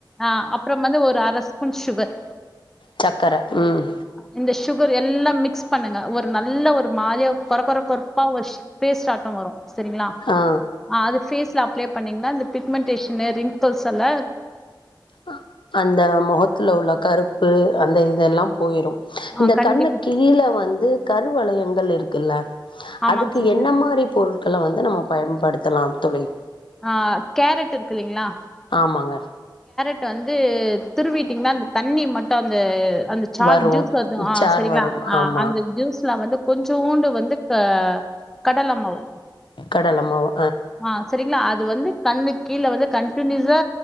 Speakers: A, in the centre; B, on the left.
A: அ அப்புறம் வந்து ஒரு அரஸ் பூன் ஸ்சுகர்
B: சக்கர ம்
A: இந்த சுகர் எல்லா மிக்ஸ் பண்ணுங்க ஒரு நல்ல ஒரு மாரியா கொர கொர கொரப்பா வஷ் பேஸ்டாட்டம் வரு சரிங்களா
B: ஆ
A: அது ஃபேஸ்ல அப் ப்ளே பண்ணிங்கன்னா பிக்மென்டேஷ்ன்னு ரிங்க்ல்ஸ் எல்ல
B: அ அந்த மொகத்துல உள்ள கருப்பு அந்த இ இதெல்லா போய்ரு
A: ஆ
B: இந்த
A: கண்டிப்பா
B: கண்ணுக் கீழ வந்து கருவலையங்கள் இருக் க்ல்ல
A: ஆமாங்க
B: அதுக்கு
A: சிஸ்டர்
B: என்ன மாரி பொருட்கல வந்து நம்மப் பயம்படுத்தலா தோழி
A: அ கேரட் இருக்கில்லிங்களா
B: ஆமாங்க
A: ட்டு வந்து திருவீட்டிங்ன்னா அந்த தண்ணி மட்டு அந்த அந்தச் சார்
B: வரு
A: ஜூஸ் வந்து அ
B: சார்
A: சரிங்க்ளா
B: வரும்
A: அ
B: ஆமா
A: அந்த ஜூஸ்ல வந்து கொஞ்சோண்டு வந்து க கடலமாவு
B: கடல மாவு
A: ஆ சரிங்களா அது வந்து கண்ணு கீழ வந்து கண்டினியூசா